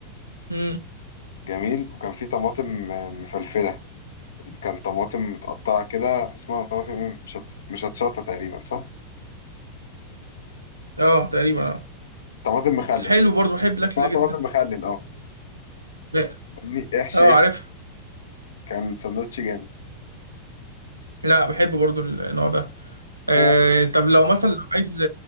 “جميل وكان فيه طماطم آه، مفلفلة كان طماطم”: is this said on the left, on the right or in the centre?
Left